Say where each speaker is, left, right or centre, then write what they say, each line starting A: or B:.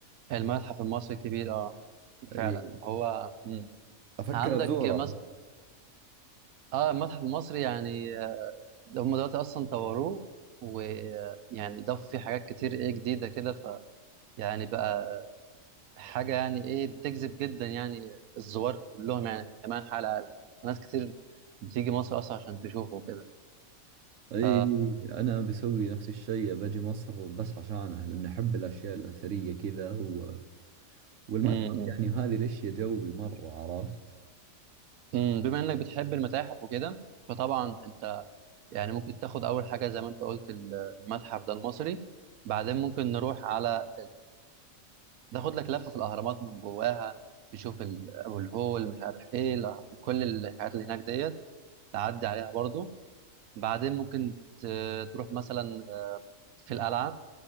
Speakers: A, on the right; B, on the right.
A: المتحف المصري الكبير اه
B: إيه
A: فعلا هو مم.
B: أفكر
A: عندك
B: أزوره
A: مثلا اه المتحف المصري يعني ده هم دلوقتي اصلا طوروه ويعني ضافوا فيه حاجات كتير ايه جديده كده ف يعني بقى حاجه يعني ايه بتجذب جدا يعني الزوار كلهم يعني من جميع انحاء العالم ناس كتير بتيجي مصر اصلا عشان تشوفه كده
B: اي
A: ف
B: انا بسوي نفس الشيء باجي مصر بس عشانه لان احب الاشياء الاثريه كذا و... والمتحف
A: مم.
B: يعني وهذه الاشياء جوي مره عرفت
A: مم. بما انك بتحب المتاحف وكده فطبعا انت يعني ممكن تاخد اول حاجه زي ما انت قلت ال- المتحف ده المصري بعدين ممكن نروح على تاخد لك لفه في الاهرامات من جواها تشوف ال- ابو الهول مش عارف ايه لا. كل الحاجات اللي هناك ديت تعدي عليها برضو بعدين ممكن ت- تروح مثلا آه، في القلعه